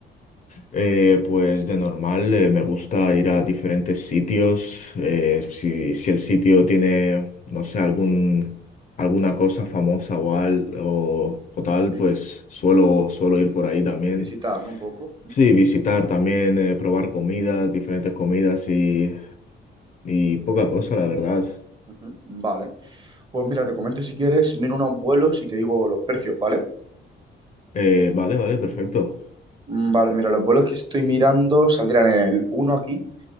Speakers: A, on the left; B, on the right.
A: Eh, pues de normal eh, me gusta ir a diferentes sitios. eh, si, si el sitio tiene, no sé, algún, alguna cosa famosa o, al- o, o tal,
B: Sí,
A: pues suelo, suelo ir por ahí también.
B: visitar, ¿no? Un poco.
A: Sí, visitar también, eh, probar comidas, diferentes comidas y Y poca cosa, la verdad.
B: Ujú. Vale. Pues mira, te comento si quieres, miro unos vuelos y te digo los precios, ¿vale?
A: Eh, vale, vale, perfecto.
B: Mm, Vale, mira, los vuelos que estoy mirando saldrán el uno aquí